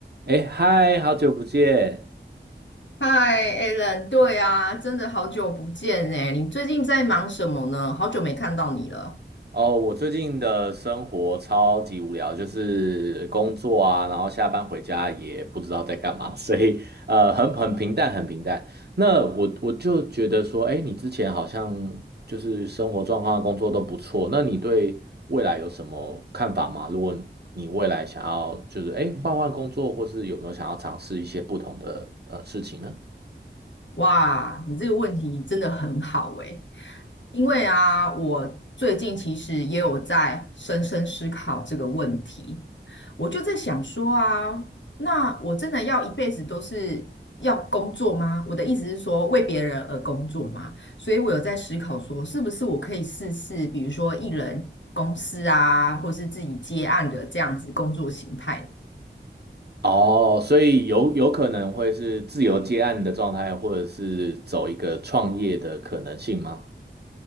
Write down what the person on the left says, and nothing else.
嗨，Alan，对啊，真的好久不见哎，你最近在忙什么呢？好久没看到你了。
哇，你这个问题真的很好诶，因为啊，我最近其实也有在深深思考这个问题，我就在想说啊，那我真的要一辈子都是要工作吗？我的意思是说为别人而工作吗？所以我有在思考说，是不是我可以试试，比如说艺人公司啊，或是自己接案的这样子工作形态呢